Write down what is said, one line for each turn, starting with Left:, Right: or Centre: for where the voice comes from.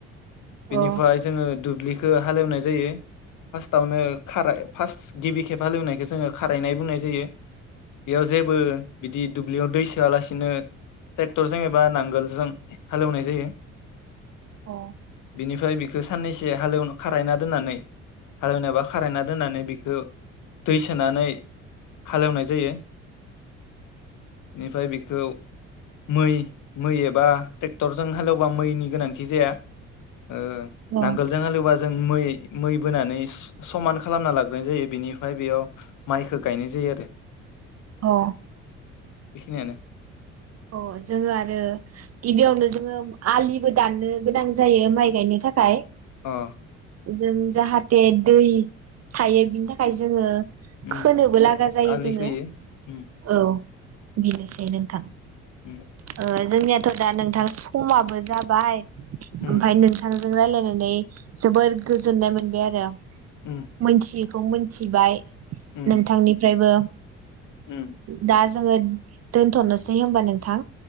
Right: अ
Left: बेनिफ्राय जोंङो दुब्लि हालेवनाय जायो फास तावनो खाराय फार्स्ट गिबि खेब हालेवनायखौ जोंङो खारायनाय बुंनाय जायो। बेयाव जेबो बिदि दुब्लियाव दै सोआलासिनो ट्रेक्टरजों एबा नांगोलजों हालेवनाय जायो।
Right: औ
Left: बिनिफ्राय बिखौ साननैसो हालेव खारायना दोननानै हालेवनायबा खारायना दोननानै बिखो दै सोनानै हालेवनाय जायो। <inaudible> निफ्राय बिखौ मै मै एबा ट्रेक्टरजों हालेवबा मैनि गोनांथि जाया ओ‌
Right: अ
Left: नांगोलजों हालेवोबा जों मै मै बोनानै समान खालामनानै लाग्रोनाय जायो बेनिफ्राय बेयाव माइखौ गायनाय जायो आरो।
Right: अ
Left: बेखिनियानो
Right: अ जोङो आरो गिबियावनो जोङो आलिबो दाननो गोनां जायो माइ गायनो थाखाय।
Left: अ
Right: जों जाहाथे दै थायो बिनि थाखाय जोङो
Left: उम
Right: खोनोबो लागा जायो
Left: आलि
Right: जोङो
Left: खोयो उम
Right: औ। बिनोसै‌ नोंथां।
Left: उम
Right: ओ जोंनियाथ' दा नोंथां समाबो जाबाय। ओमफाय
Left: उम
Right: नोंथां रायलायनानै जोबोर गोजोननाय मोनबाय आरो
Left: उम
Right: मोनथियो। खौ मोनथिबाय।
Left: उम
Right: नोंथांनिफ्रायबो
Left: उम
Right: दा जोङो दोन्थ'नोसै होमबा नोंथां।